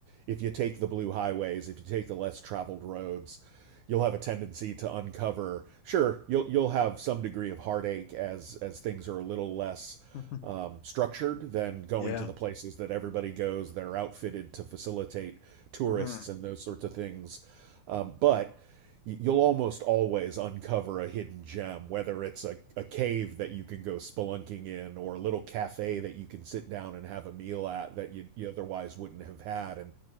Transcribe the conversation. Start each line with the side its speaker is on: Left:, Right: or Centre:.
Right: if you take the blue highways, if you take the less traveled roads, you'll have a tendency to uncover. Sure, you'll you'll have some degree of heartache as as things are a little less
Left: <laughs>
Right: um, structured than going
Left: Yeah.
Right: to the places that everybody goes. They're outfitted to facilitate tourists
Left: Mm-hmm.
Right: and those sorts of things. Um, but you'll almost always uncover a hidden gem, whether it's a, a cave that you can go spelunking in or a little cafe that you can sit down and have a meal at that you, you otherwise wouldn't have had. And